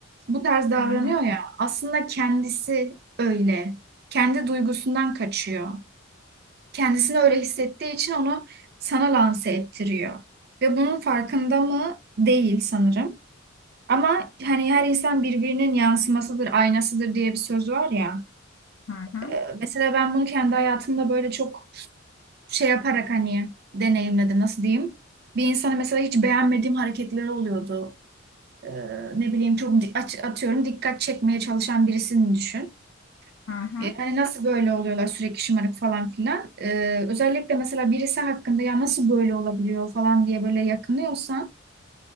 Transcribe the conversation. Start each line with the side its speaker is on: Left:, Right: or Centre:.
Right: Bu tarz davranıyor
Left: Hı hı,
Right: ya aslında kendisi öyle. Kendi duygusundan kaçıyor. Kendisini öyle hissettiği için onu sana lanse ettiriyor. Ve bunun farkında mı değil sanırım. Ama hani her insan birbirinin yansımasıdır, aynasıdır diye bir söz var ya.
Left: hı hı,
Right: Ee, Mesela ben bunu kendi hayatımda böyle çok şey yaparak hani deneyimledim nasıl diyeyim. Bir insanı mesela hiç beğenmediğim hareketleri oluyordu. Ee, ne bileyim çok di- aç- atıyorum dikkat çekmeye çalışan birisini düşün.
Left: hı hı.
Right: Ee, Hani nasıl böyle oluyorlar sürekli şımarık falan filan. Ee, özellikle mesela birisi hakkında ya nasıl böyle olabiliyor falan diye böyle yakınıyorsan